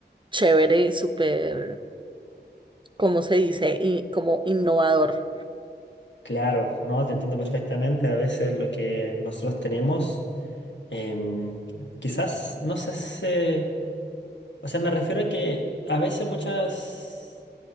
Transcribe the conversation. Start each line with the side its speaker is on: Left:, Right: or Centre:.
Right: chévere y súper, ¿cómo se dice? Y como innovador.
Left: Claro, no, te entiendo perfectamente. A veces lo que nosotros tenemos, em, quizás no se hace, o sea, me refiero a que a veces muchas